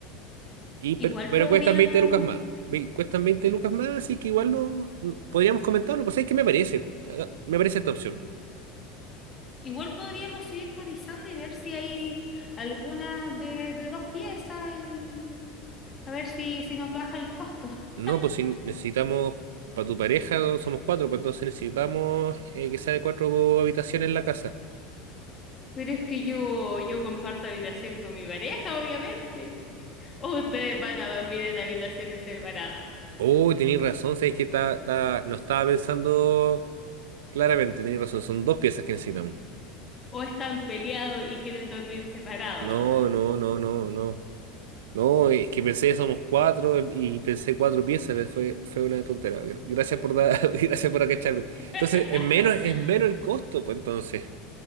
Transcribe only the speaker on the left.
Igual
podríamos,
igual podríamos seguir cotizando y ver si hay alguna de, de dos piezas y a ver si, si nos baja el costo. <laughs>
Pero es que yo, yo comparto habitación con mi pareja, obviamente. O ustedes van a dormir en habitaciones separadas.
O están peleados y quieren dormir separados.
<laughs>